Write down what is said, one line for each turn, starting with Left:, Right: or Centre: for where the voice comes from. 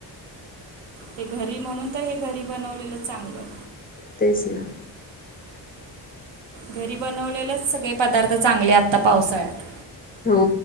Right: ते घरी, म्हणून तर हे घरी बनवलेलं, चांगलं.
Left: तेच, ना.
Right: घरी बनवलेलेस सगळे पदार्थ चांगले. आत्ता पावसाळ्यात.
Left: हो.